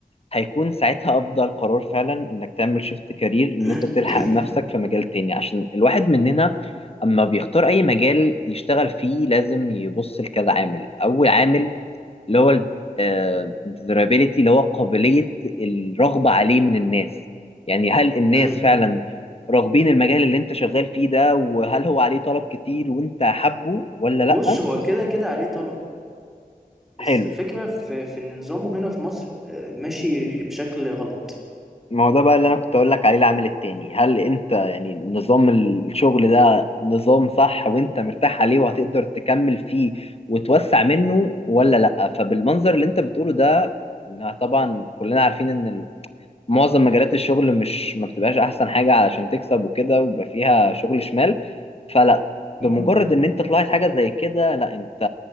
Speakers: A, on the left; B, in the centre.
A: هيكون ساعتها افضل قرار فعلا انك تعمل شيفت كارير ان
B: <coughs>
A: انت تلحق نفسك في مجال تاني عشان الواحد مننا اما بيختار اي مجال يشتغل فيه لازم يبص لكذا عامل اول عامل اللي هو ال desirability اللي هو قابلية الرغبة عليه من الناس يعني هل الناس
B: مم.
A: فعلا راغبين المجال اللي انت شغال فيه ده وهل هو عليه طلب كتير وانت حابه ولا
B: بص
A: لأ
B: هو كده كده عليه طلب بس
A: حلو
B: الفكرة في في إن نظامه هنا في مصر آه، ماشي بشكل غلط
A: ما هو ده بقى اللي انا كنت اقول لك عليه العامل التاني هل انت يعني نظام الشغل ده نظام صح وانت مرتاح عليه وهتقدر تكمل فيه وتوسع منه ولا لأ فبالمنظر اللي انت بتقوله ده إنها طبعا كلنا عارفين ان معظم مجالات الشغل مش ما بتبقاش احسن حاجه علشان تكسب وكده ويبقى فيها شغل شمال فلا بمجرد
B: مم.
A: ان انت طلعت حاجه زي كده لا انت